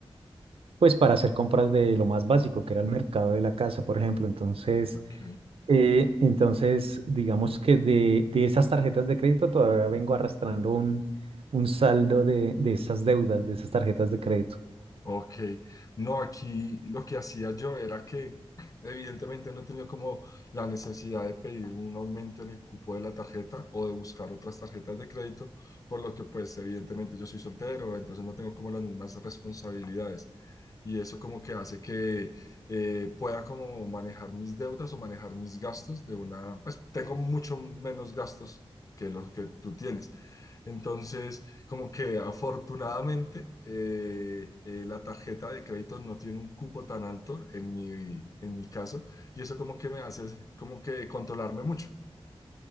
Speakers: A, on the right (about 65°); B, on the left (about 35°).
A: pues para hacer compras de lo más básico, que era el mercado de la casa, por ejemplo. Entonces...
B: ok.
A: Eh, entonces, digamos que de, de esas tarjetas de crédito todavía vengo arrastrando un, un saldo de, de esas deudas, de esas tarjetas de crédito.
B: Ok, no, aquí lo que hacía yo era que evidentemente no he tenido como la necesidad de pedir un aumento en el cupo de la tarjeta o de buscar otras tarjetas de crédito, por lo que pues evidentemente yo soy soltero, entonces no tengo como las mismas responsabilidades y eso como que hace que eh, pueda como manejar mis deudas o manejar mis gastos de una, pues tengo mucho menos gastos que los que tú tienes. Entonces... Como que afortunadamente eh, eh, la tarjeta de crédito no tiene un cupo tan alto en mi, en mi caso y eso como que me hace como que controlarme mucho.